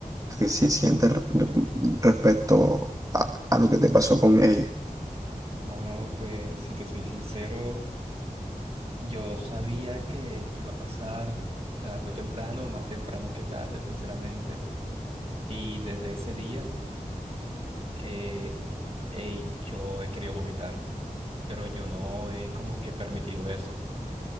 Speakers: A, on the right; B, on the right.
A: te si- sientes re- respecto a, a lo que te pasó con ella?
B: Mano, pues si te soy sincero, yo sabía que esto iba a pasar tarde o temprano, más temprano que tarde, sinceramente. Y desde ese día, eh, ey, yo he querido vomitar, pero yo no he como que permitido eso.